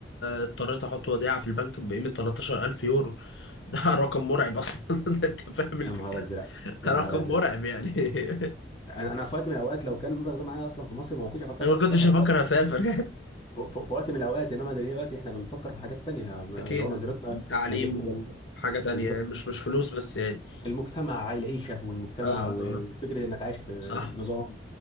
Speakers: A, on the left (about 85°); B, on the left (about 30°).
A: اضطريت احط وديعه في البنك بقيمه 13000 يورو <laughs> ده رقم مرعب اصلا <laughs> انت فاهم الفكره
B: يا نهار ازرق يا
A: رقم
B: نهار ازرق
A: مرعب يعني <laughs>
B: انا انا في وقت من الاوقات لو كان المبلغ ده معايا اصلا في مصر ما كنتش فكرت
A: فما
B: في
A: كنتش
B: السفر
A: افكر
B: في وقت,
A: اسافر <laughs>
B: في في- في وقت من الاوقات انما دلوقتي احنا بنفكر في حاجات تانية يعني
A: اكيد
B: اللي هو نظرتنا
A: تعليم
B: نظرتنا لسه
A: وحاجة تانية
B: بالظبط
A: يعني مش مش فلوس بس يعني
B: المجتمع العيشه في المجتمع
A: اه
B: و-
A: اه آه.
B: وفكره انك عايش في
A: صح
B: نظام